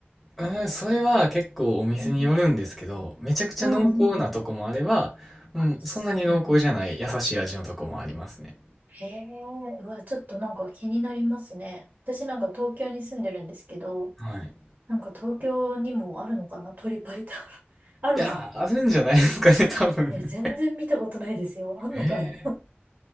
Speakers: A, in the centre; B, on the right.
A: うん、それは結構お店によるんですけど、
B: うん。
A: めちゃくちゃ濃厚なとこもあれば、
B: うんうんうん。
A: うん、
B: そうなん
A: そんなに濃厚じゃない優しい味のとこもありますね。
B: へえ、うわ、ちょっとなんか気になりますね。私なんか東京に住んでるんですけど、
A: はい。
B: なんか東京にもあるのかな鳥パイタン。<laughs> あるか。
A: いやー、あるんじゃないですかね、多分。
B: え、全然見たことないですよ。あんのかな
A: <laughs> ええ
B: <laughs>